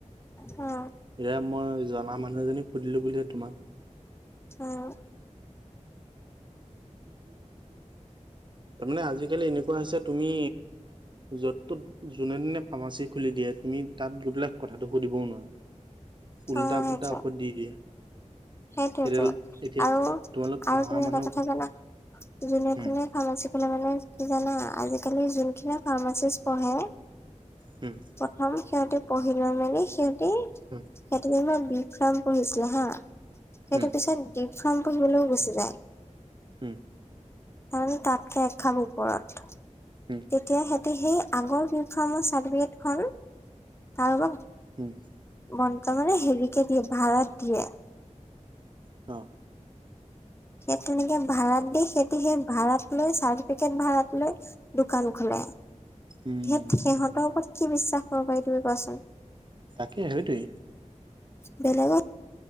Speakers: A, on the left; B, on the right.
A: অ।
B: এয়া মই জনা মানুহ এজনী সুধিলো বুলিহে তোমাক
A: উম।
B: <inaudible> তাৰমানে আজিকালি এনেকুৱা হৈছে তুমি য'ত তত যো যোনে দিনে ফাৰ্মাচী খুলি দিয়ে, তুমি তাত গৈ বিলাক কথাটো সুধিবও নোৱাৰা। উল্টা
A: অ সেইটোৱে
B: পুল্টা ঔষধ দি দিয়ে।
A: সেইটোৱেতো
B: সেইডাল এতিয়া
A: আৰু
B: তোমালোক পঢ়া
A: আৰু তুমি
B: মানুহ
A: এটা কথা জানা? যোনে
B: উম
A: তোনে ফাৰ্মাচী খোলে মানে কি জানা? আজিকালি যোনখিনি ফাৰ্মাচীচ পঢ়ে
B: হুম।
A: প্ৰথম সিহঁতে পঢ়ি লৈ মানে সিহঁতে
B: উম
A: সিহঁতে যেনিবা বি ফাৰ্ম পঢ়িছিলে হা সেইটো
B: উম
A: পিছত ডি ফাৰ্ম পঢ়িবলৈও গুচি যায়।
B: হুম।
A: আমি তাতকে এখাপ ওপৰত
B: উম
A: তেতিয়া সে তে সেই আগৰ বি ফাৰ্মৰ চাৰ্টিফিকেটখন কাৰোবাৰ
B: উম'।
A: মন্ত মানে হেৰিকে দিয়ে ভাড়াত দিয়ে।
B: অ'।
A: সেই তেনেকে ভাড়াত দি, সিহতি সেই ভাড়াত লৈ চাৰ্টিফিকেট ভাড়াত লৈ দোকান খোলে।
B: উম।
A: এত
B: উম
A: সিহঁতৰ
B: উম
A: ওপৰত কি বিশ্বাস কৰিব পাৰি তুমি কোৱাচোন?
B: তাকে সেইটোৱেই।
A: বেলেগত